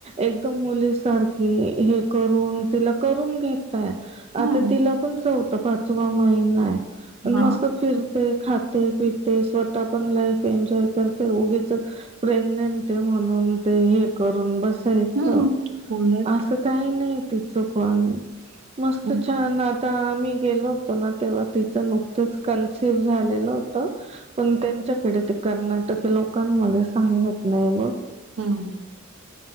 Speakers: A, on the right; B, on the right.
A: एकदम मुलीसारखी हे करून तिला करून घेत. काय
B: हम्म
A: आता तिला पण चौथा पाचवा महिनाए पण
B: हा
A: मस्त फिर ते खातय पितय, स्वतः पण लाईफ एन्जॉय करतय, उगीचच प्रेग्नेंट ते म्हणून ते हे करून बसायचं,
B: हम्म उलट
A: असंच काय नाय तिचं पण, मस्त
B: हम्म.
A: छान का मी गेलो होतो ना तेव्हा तिचं नुकतंच कंन्सीव झालेलं त, पण त्यांच्याकडे ते कर्नाटक लोकांमध्ये सांगत नाही मग.
B: हम्म.